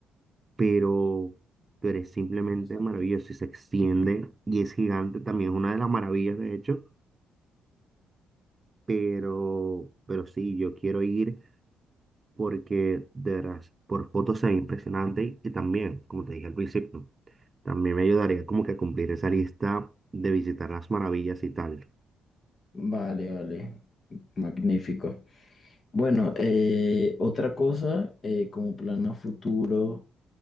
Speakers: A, on the right; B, on the left.
A: pero, pero es simplemente
B: Exacto.
A: maravilloso y se extiende y es gigante, también es una de las maravillas, de hecho, pero, pero sí, yo quiero ir. porque de veras, por fotos se ve impresionante y también, como te dije al principio, también me ayudaría como que a cumplir esa lista de visitar las maravillas y tal.
B: vale, vale. Magnífico. Bueno, eh, otra cosa, eh, como plan a futuro.